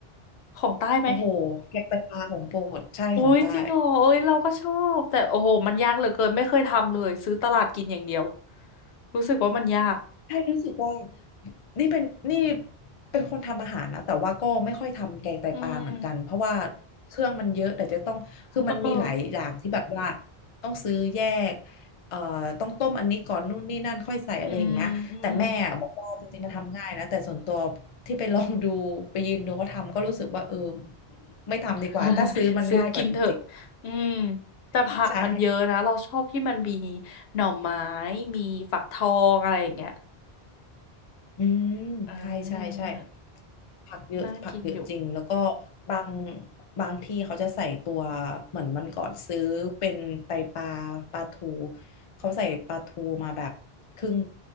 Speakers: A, on the left; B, on the left.
A: ของใต้ไหม
B: โอ้โหแกงไตปลาของโปรดใช่ของใต้
A: โอ้ยจริงเหรอเอ้ยเราก็ชอบแต่โอ้โหมันยากเหลือเกินไม่เคยทำเลยซื้อตลาดกินอย่างเดียวรู้สึกว่ามันยาก
B: ใช่รู้สึกว่า นี่เป็นนี่เป็นคนทำอาหารนะแต่ว่าก็ไม่ค่อยทำแกงไตปลาเหมือนกันเพราะว่า
A: อืม
B: เครื่องมันเยอะแต่จะต้องคือมันมีหลายอย่างที่แบบว่า
A: เออ
B: ต้องซื้อแยกเอ่อต้องต้มอันนี้ก่อนนู่นนี่นั่นค่อยใส่อะไรอย่างเงี้ยแต่แม่บอกว่าจริงๆมันทำง่ายนะแต่ส่วนตัว
A: อืมอืม
B: ที่ไปลองดูไปยืนดูเขาทำก็รู้สึกว่าเออไม่ทำดีกว่าถ้าซื้อมันง่ายกว่าจริง
A: <laughs> ซื้อกินเถอะอืมแต่ผักมันเยอะนะเราชอบที่มันมี
B: ๆใช่
A: หน่อไม้มีฝักทองอะไรอย่างเงี้ย
B: อืมใช่ใช่ใช่
A: อ่า
B: ผักเยอะผักเยอะจริงแล้วก็
A: น่ากินอยู่
B: บางบางที่เขาจะใส่ตัวเหมือนมันก่อนซื้อเป็นไตปลาปลาทูเขาใส่ปลาทูมาแบบครึ่ง